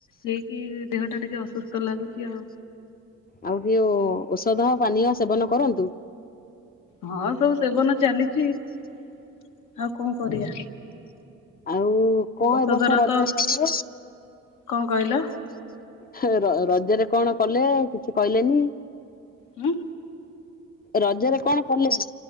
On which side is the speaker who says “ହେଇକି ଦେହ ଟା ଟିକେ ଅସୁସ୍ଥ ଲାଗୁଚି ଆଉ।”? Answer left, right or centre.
Left